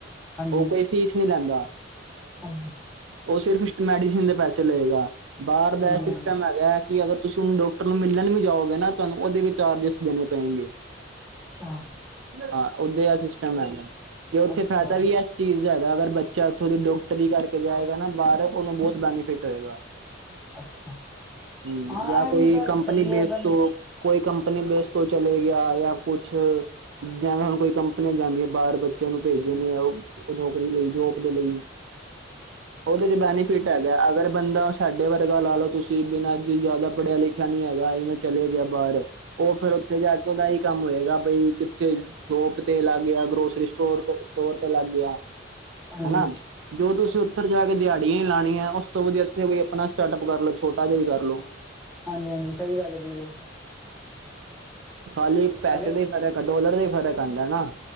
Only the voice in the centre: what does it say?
ਹਾਂਜੀ
ਹਾਂਜੀ
ਹਾਂਜੀ
ਹਾਂਜੀ
ਅੱਛਾ।
ਅੱਛਾ
ਅੱਛਾ
ਹਾਂ
ਇਹ
ਵੀ ਗੱਲ
ਸਹੀ ਹੈ
ਬੰ
ਹਾਂਜੀ-ਹਾਂਜੀ।
ਹਾਂਜੀ
ਹਾਂਜੀ, ਹਾਂਜੀ ਸਹੀ ਗੱਲ ਹੈ ਬਿਲਕੁਲ।
ਅਗਰ